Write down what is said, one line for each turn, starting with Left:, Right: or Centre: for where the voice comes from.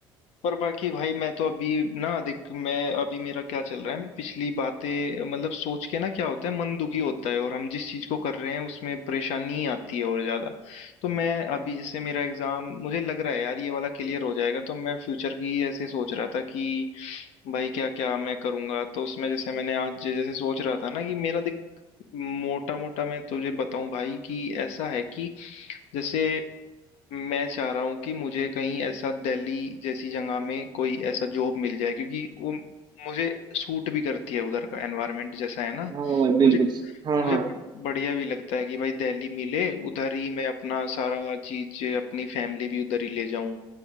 Left: पर बाकी भाई मैं तो अभी ना देख मैं अभी मेरा क्या चल रहा है मैं पिछली बातें मतलब सोच के ना क्या होता है मन दुखी होता है और हम जिस चीज़ को कर रहे हैं उसमें परेशानी आती है और ज़्यादा। तो मैं अभी जैसे मेरा एग्ज़ाम मुझे लग रहा है यार ये वाला क्लियर हो जाएगा तो मैं फ्यूचर की ऐसे सोच रहा था कि भाई क्या क्या मैं करूँगा तो उसमें जैसे मैंने आज जे- जैसे सोच रहा था ना कि मेरा देख मोटा मोटा मैं तुझे बताऊं भाई कि ऐसा है कि जैसे मैं चाह रहा हूँ कि मुझे कहीं ऐसा दिल्ली जैसी जगह में कोई ऐसा जॉब मिल जाए क्योंकि वो मुझे सूट भी करती है उधर का एनवायरनमेंट जैसा है ना
Right: हाँ भाई बिल्कुल
Left: मुझे
Right: हाँ
Left: मुझे
Right: हाँ
Left: बड़- बढ़िया भी लगता है कि भाई दिल्ली मिले उधर ही मैं अपना सारा चीज अपनी फैमिली भी उधर ही ले जाऊं